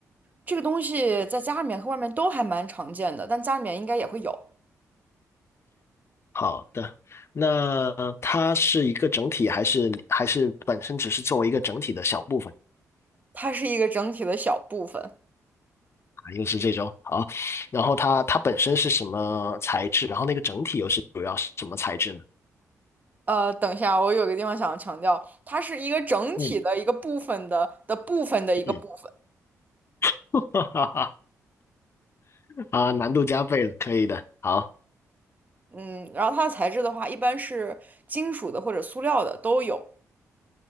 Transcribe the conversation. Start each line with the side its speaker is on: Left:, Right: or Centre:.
Right: 这个东西在家里面和外面都还蛮常见的，但家里面应该也会有。
Left: 好的。那它是一个整体，还是还是本身只是作为一个整体的小部分？
Right: 它是一个整体的小部分。
Left: 又是这种好，然后它它本身是什么材质？然后那个整体又是主要是什么材质呢？
Right: 呃，等一下，我有个地方想要强调，它是一个整体的一个部分的的部分的一个部分。
Left: 嗯嗯，<laughs> 哈哈哈啊，难度加倍了，可以的。好，
Right: 嗯，然后它的材质的话，一般是金属的或者塑料的都有。